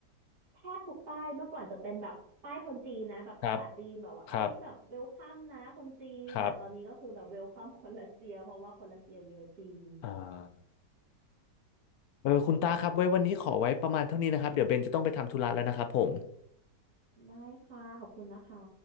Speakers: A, on the right; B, on the left.
A: แทบทุกป้ายเมื่อก่อนจะเป็นแบบป้ายคนจีนนะแบบภาษาจีนแบบว่าเอ้ยแบบเวลคัมนะคนจีนแต่ตอนนี้ก็คือแบบเวลคัมคนรัสเซียเพราะว่าคนรัสเซียเยอะจริง
B: ครับครับครับ อ่าเออคุณตาครับไว้วันนี้ขอไว้ประมาณเท่านี้นะครับเดี๋ยวเบนจะต้องไปทำธุระแล้วนะครับผม
A: ได้ค่ะขอบคุณนะคะ